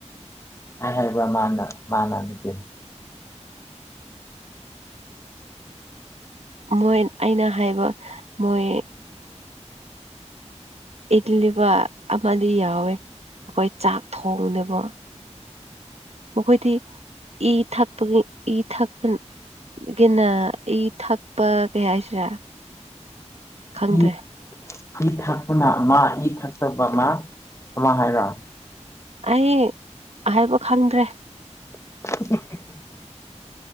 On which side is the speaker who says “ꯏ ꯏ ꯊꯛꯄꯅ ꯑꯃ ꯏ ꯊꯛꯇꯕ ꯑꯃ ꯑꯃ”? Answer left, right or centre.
Left